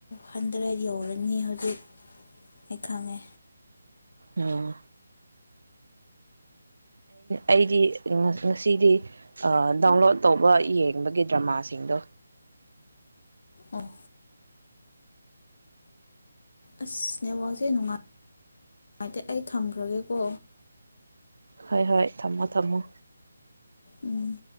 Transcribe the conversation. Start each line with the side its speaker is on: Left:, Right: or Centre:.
Left: ꯍꯟꯗꯔ ꯌꯧꯔꯅꯤ ꯍꯧꯖꯤꯛ ꯑꯩ ꯈꯪꯉꯦ
Right: ꯎꯝ ꯑꯩꯗꯤ ꯉꯁꯤꯗꯤ ꯗꯥꯎꯟꯂꯣꯗ ꯇꯧꯕ ꯌꯦꯡꯕꯒꯤ ꯗ꯭ꯔꯃꯥꯁꯤꯡꯗꯣ
Left: ꯑꯣ ꯑꯁ ꯅꯦꯇꯩꯔꯀꯁꯤ ꯅꯨꯡꯉꯥꯏꯇꯦ ꯑꯩ ꯊꯝꯈ꯭ꯔꯒꯦꯀꯣ
Right: ꯍꯣꯏ ꯍꯣꯏ ꯊꯝꯃꯣ ꯊꯝꯃꯣ
Left: ꯎꯝ